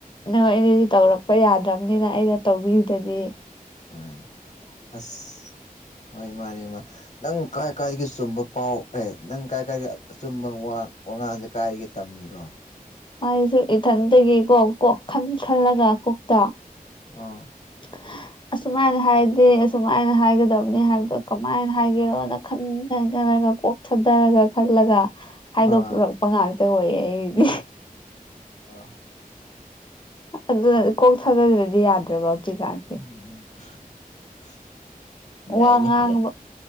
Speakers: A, on the left (about 30°); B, on the left (about 50°).
A: ꯅꯪ ꯑꯩꯅꯗꯤ ꯇꯧꯔꯛꯄ ꯌꯥꯗ꯭ꯔꯝꯅꯤꯅ ꯑꯩꯅ ꯇꯧꯕꯤꯔꯤꯗꯨꯗꯤ
B: ꯍꯣꯏ ꯑꯁ ꯍꯣꯏ ꯃꯥꯅꯦ ꯃꯥ ꯅꯪ ꯀꯥꯏ ꯀꯥꯏꯗꯒꯤ ꯆꯨꯝꯕ ꯄꯥꯎ ꯑꯦ ꯅꯪ ꯀꯥꯏ ꯀꯥꯏꯗ ꯑꯆꯨꯝꯕ ꯋꯥ ꯋꯥꯉꯥꯡꯁꯦ ꯀꯥꯏꯗꯒꯤ ꯇꯝꯃꯤꯔꯣ
A: ꯑꯩꯁꯨ ꯏꯊꯟꯇꯒꯤꯀꯣ ꯀꯣꯛ ꯈꯟ ꯈꯜꯂꯒ ꯀꯣꯛꯇ
B: ꯑꯣ
A: <unintelligible> ꯑꯁꯨꯃꯥꯏꯅ ꯍꯥꯏꯗꯤ ꯑꯁꯨꯃꯥꯏꯅ ꯍꯥꯏꯒꯗꯕꯅꯤ ꯍꯥꯏꯕꯗꯣ ꯀꯃꯥꯏꯅ ꯍꯥꯏꯒꯦꯔꯣꯅ ꯈꯟ ꯈꯟ ꯈꯜꯂꯒ ꯀꯣꯛ ꯊꯛꯗꯥꯔꯒ ꯈꯜꯂꯒ ꯍꯥꯏꯗꯣꯛꯔꯛꯄ
B: ꯑꯥ
A: ꯉꯥꯛꯇ ꯑꯣꯏꯌꯦ ꯑꯩꯗꯤ
B: ꯑꯣ
A: ꯑꯗꯨꯅ ꯀꯣꯛ ꯊꯥꯗꯗ꯭ꯔꯥꯗꯤ ꯌꯥꯗ꯭ꯔꯥꯕ ꯍꯧꯖꯤꯛꯀꯥꯟꯁꯦ
B: <unintelligible>
A: ꯋꯥ ꯉꯥꯡꯕ
B: ꯌꯥꯏ